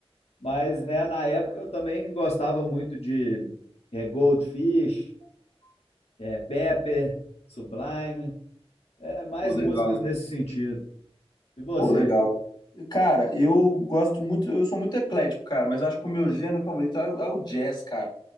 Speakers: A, on the left (about 80°); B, on the left (about 45°).
A: Mas, né, na época eu também gostava muito de é, Goldfish, é, Pepper, Sublime, é, mais
B: Pô, legal,
A: músicas
B: né?
A: nesse sentido. E você?
B: Pô, legal. Cara, eu gosto muito, eu sou muito eclético, cara, mas eu acho que o meu gênero favorito é, o é o jazz, cara.